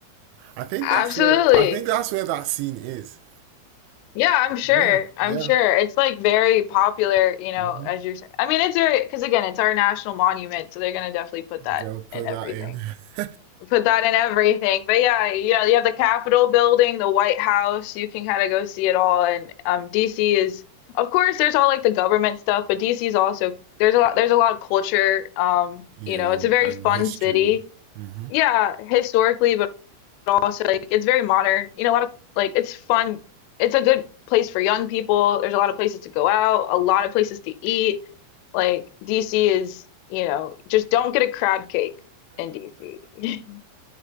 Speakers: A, on the right (about 85°); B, on the left (about 90°).
A: I think
B: Absolutely.
A: that's where I think that's where that scene is.
B: Yeah, I'm sure.
A: Yeah,
B: I'm
A: yeah.
B: sure. It's like very popular, you know,
A: Mhm.
B: as you're saying. I mean, it's very, because again, it's our national monument, so they're gonna definitely put that
A: They'll put
B: in everything.
A: that in. <laughs>
B: Put that in everything. But yeah, you know, you have the Capitol building, the White House, you can kind of go see it all. And um DC is of course there's all like the government stuff, but DC is also there's a lot there's a lot of culture. Um,
A: Yeah,
B: you know, it's
A: and,
B: a very
A: and
B: fun
A: history.
B: city.
A: Mm-hmm.
B: Yeah, historically, but also like it's very modern. You know, a lot of like it's fun. It's a good place for young people. There's a lot of places to go out, a lot of places to eat. Like DC is, you know, just don't get a crab cake in DC. <laughs>